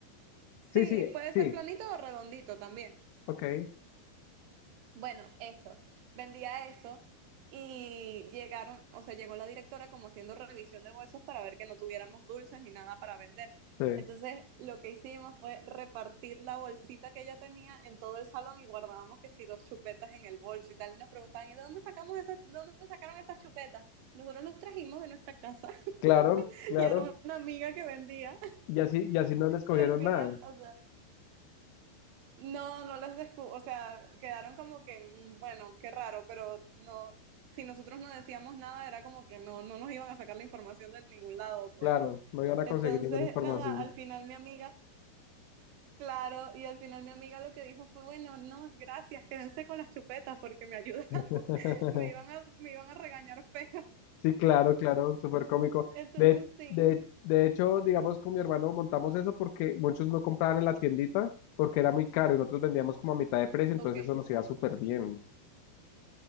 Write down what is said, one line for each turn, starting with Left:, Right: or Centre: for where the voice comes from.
Right: Sí,
Left: Sí, sí,
Right: puede
Left: sí,
Right: ser planito o redondito también.
Left: ok,
Right: Bueno, eso, vendía eso y llegaron, o sea, llegó la directora como haciendo revisión de bolsos para ver que no tuviéramos dulces ni nada para vender.
Left: sí.
Right: Entonces, lo que hicimos fue repartir la bolsita que yo tenía en todo el salón y guardábamos que si dos chupetas en el bolso y tal. Y nos preguntaban, ¿y de dónde sacamos esas, de dónde sacaron esas chupetas? Nosotros los trajimos de nuestra casa <laughs>
Left: Claro, claro.
Right: y era una amiga que vendía.
Left: Y así, y así no les cogieron
Right: Y al final,
Left: nada.
Right: o sea, No, no las descubrí, o sea, quedaron como que, mm, bueno, qué raro, pero no, si nosotros no decíamos nada, era como que no, no nos iban a sacar la información de ningún lado, pues.
Left: Claro, no iban a
Right: Entonces,
Left: conseguir ninguna información.
Right: nada, al final mi amiga, claro, y al final mi amiga lo que dijo fue, bueno, no, gracias, quédense con las chupetas porque me ayudaron,
Left: <laughs>
Right: <laughs> me iban a, me iban a regañar feo.
Left: Sí, claro, claro, súper cómico.
Right: Entonces,
Left: De,
Right: sí,
Left: de, de hecho, digamos, con mi hermano montamos eso porque muchos no compraban en la tiendita porque era muy caro y nosotros vendíamos como a mitad de precio, entonces
Right: ok,
Left: eso nos iba súper bien.